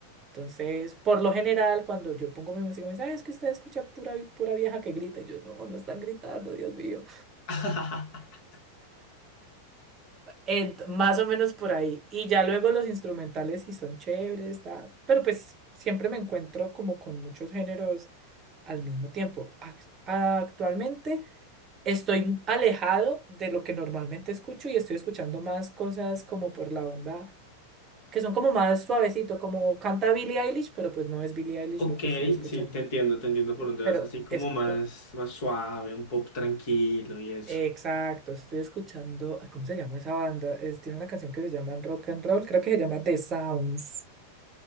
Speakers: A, on the right; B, on the left.
A: Entonces, por lo general, cuando yo pongo mi música, me dicen, "Ay, es que usted escucha pura, pura vieja que grita. Y yo, no, no están gritando, Dios mío.
B: <laughs>
A: Ent- más o menos por ahí. Y ya luego los instrumentales sí son chéveres, ta- pero pues siempre me encuentro como con muchos géneros al mismo tiempo. Ac- Actualmente estoy alejado de lo que normalmente escucho y estoy escuchando más cosas como por la onda, que son como más suavecito, como canta Billie Eilish, pero pues no es Billie Eilish
B: Ok,
A: lo que estoy escuchando.
B: sí, te entiendo, te entiendo por dónde
A: Pero
B: vas, así como
A: eso,
B: más,
A: como...
B: más suave, un pop tranquilo y eso.
A: Exacto, estoy escuchando, ah, ¿cómo se llama esa banda? Es- tiene una canción que se llama Rock and Roll, creo que se llama The Sounds,